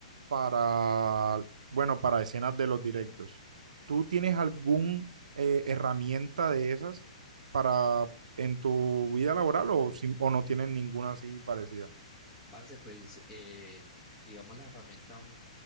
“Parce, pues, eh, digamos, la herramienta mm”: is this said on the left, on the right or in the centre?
Left